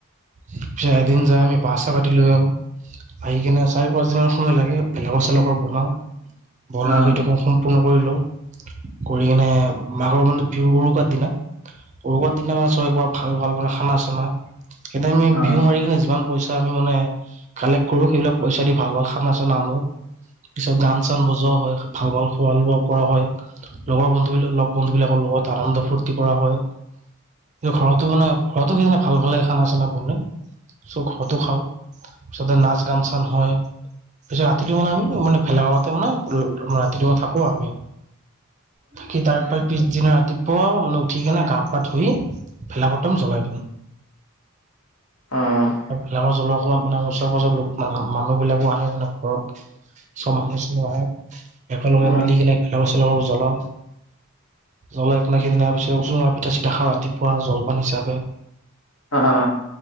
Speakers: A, on the right; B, on the left.
A: পিছে এদিন যায় আমি বাঁহ চাহ কাটি লৈ আহোঁ। আহি কিনে চাৰি পাঁচদিনমান সময় লাগে ভেলাঘৰ চেলাঘৰ বনাওঁ, বনাই
B: অ অ
A: সেইটো সম সম্পূৰ্ণ কৰি লওঁ, কৰি কিনে মাঘৰ মানে বিহুৰ উৰুকাৰ দিনা উৰুকাৰ দিনা মানে চবে পোৰা ভাল ভাল মানে খানা চানা, সেইদিনা আমি
B: অ অ অ অ
A: বিহু মাৰি কিনে যিমান পইচা আমি মানে কালেক্ট কৰোঁ, সেইবিলাক পইচা দি ভাল ভাল খান চানা আনো। পিছত গান চান বজোৱা হয়, ভাল ভাল খোৱা লোৱা কৰা হয়। লগৰ বন্ধুবিলাক লগ বন্ধু বিলাকৰ লগত আনন্দ ফূৰ্তি কৰা হয়। ঘৰতো মানে ঘৰতো সেইদিনা ভাল ভালে এ খান চানা বনাই, চ' ঘৰতো খাওঁ। তাৰপিছতে নাচ গান চান হয়, পিছত কিন্তু মানে আমি মানে ভেলাঘৰতে মানে ৰাতিটো মানে থাকোঁ আমি। থাকি তাৰপৰা পিছদিনা ৰাতিপুৱাও মানে উঠি কিনে গা পা ধুই ভেলাঘৰটো আমি জ্বলাই দিওঁ।
B: অ
A: আৰু ভেলাঘৰ জ্বলোৱা সময়ত মানে ওচৰে পাজৰৰ লোক মানুহ বিলাকো আহে মানে। ধৰক চব মানুহ চানুহ আহে, একেলগে
B: অ অ
A: মিলি কিনে ভেলাঘৰ চেলাঘৰ জ্বলাওঁ।
B: <inaudible>
A: জ্বলাই থলাই সেইদিনা <unintelligible> পিঠা চিটা খাওঁ ৰাতিপুৱা জলপান হিচাপে।
B: অহ।